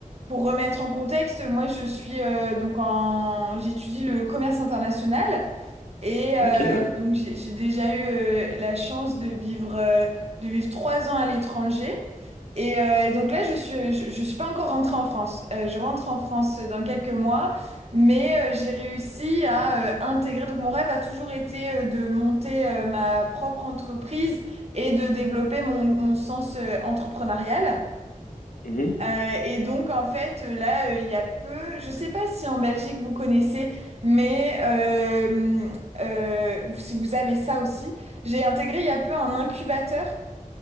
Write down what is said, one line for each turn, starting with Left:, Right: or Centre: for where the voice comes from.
Right: pour remettre en contexte, moi je suis euh, donc en j'étudie le commerce international et euh,
Left: Ok, ouais.
Right: donc j'ai j'ai déjà eu euh, la chance de vivre euh, de vivre trois ans à l'étranger. Et, euh, et donc là je suis je, je suis pas encore rentrée en France. Euh, je rentre en France dans quelques mois, mais euh, j'ai réussi à euh, intégrer. Donc mon rêve a toujours été euh, de monter euh, ma propre entreprise et de développer mon mon sens euh, entrepreneurial.
Left: Mhm.
Right: Euh, et donc en fait là euh, il y a peu, je sais pas si en Belgique vous connaissez, mais euh, euh, ou si vous avez ça aussi, j'ai intégré il y a peu un incubateur